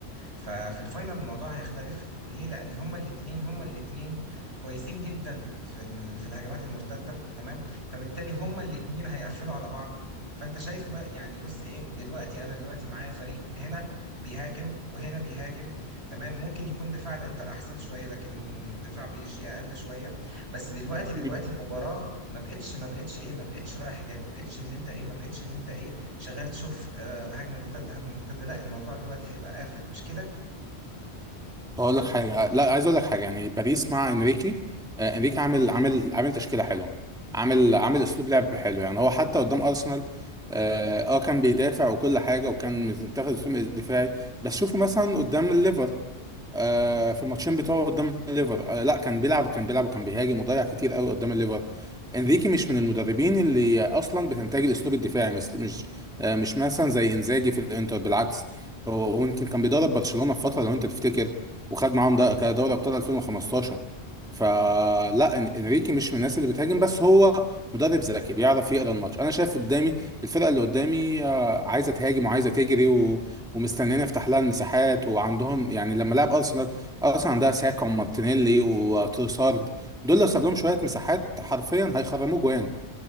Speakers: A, on the right; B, in the centre.
A: ففي الفاينل الموضوع هيختلف ليه لان هما الاثنين هما الاثنين كويسين جدا في ال- في الهجمات المرتده تمام فبالتالي هما الاثنين هيقفلوا على بعض فانت شايف ما يعني بص ايه دلوقتي انا دلوقتي معايا فريق هنا بيهاجم وهنا بيهاجم تمام ممكن يكون دفاع الانتر احسن شويه لكن دفاع بي اس جي اقل شويه بس دلوقتي دلوقتي
B: تمام
A: المباراه ما بقتش ما بقتش ايه ما بقتش رايح جاي ما بقتش ان انت ايه ما بقتش ان انت ايه شغال تشوف آه، هجمه مرتده هجمه مرتده لا الموضوع دلوقتي هيبقى قافل مش كده
B: اقول لك حاجه لا عايز اقول لك حاجه يعني باريس مع انريكي آه، انريكي عامل عامل عامل تشكيله حلوه عامل عامل اسلوب لعب حلو يعني هو حتى قدام ارسنال اه آه، كان بيدافع وكل حاجه وكان متاخد اسلوب دفاعي بس شوفوا مثلا قدام الليفر آه، في الماتشين بتوعه قدام الليفر آه، لا كان بيلعب كان بيلعب وكان بيهاجم وضيع كتير قوي قدام الليفر انريكي مش من المدربين اللي اصلا بتنتج الاسلوب الدفاعي مثل مش آه، مش مثلا زي انزاجي في الانتر بالعكس هو هو يمكن كان بيدرب برشلونة في فترة لو انت تفتكر وخد معاهم ده كان دوري ابطال 2015 فلا إن- انريكي مش من الناس اللي بتهاجم بس هو مدرب ذكي بيعرف يقرا الماتش انا شايف قدامي الفرقه اللي قدامي آه، عايزه تهاجم وعايزه تجري ومستنيين يفتح لها المساحات وعندهم يعني لما لعب ارسنال ارسنال عندها ساكا ومارتينيلي وتروسارد دول لو ساب لهم شويه مساحات حرفيا هيخرموا جوان